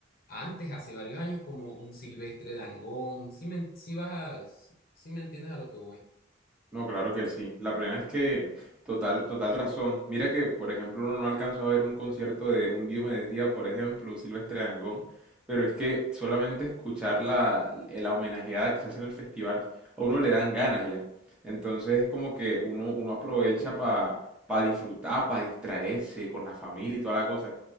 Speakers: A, on the left; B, in the centre.
A: antes, hace varios años, como un Silvestre Dangond. Si me, si vas a- sí me entiendes a lo que voy.
B: No, claro que sí. La plena es que total, total razón. Mira que, por ejemplo, uno no alcanzó a ver un concierto de un Diomedes Díaz, por ejemplo, un Silvestre Dangond, pero es que solamente escuchar la, la homenajeada que se hace en el festival, a uno le dan ganas ya. Entonces es como que uno, uno aprovecha para disfrutar, para distraerse con la familia y toda la cosa.